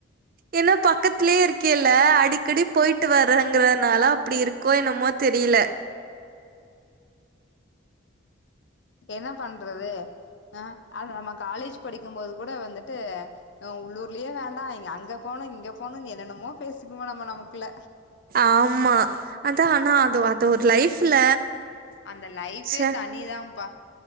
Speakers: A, on the right (about 45°); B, on the left (about 60°).
A: ஏன்னா பக்கத்துலயே இருக்கேல்ல அடிக்கடி போயிட்டு வர்றங்கறனால அப்டி இருக்கோ என்னமோ தெரியல
B: என்ன பண்றது அ ஆது நம்ம காலேஜ் படிக்கும் போது கூட வந்துட்டு அ உள்ளூர்லயே வேண்டா இ அங்க போணு இங்க போணு என்னன்னமோ பேசிக்கிவோ நம்ம நமக்குள்ள
A: ஆமா அதா ஆனா அது அது ஒரு லைஃப்ல
B: அந்த லைஃபே
A: ச்சே!
B: தனிதாப்பா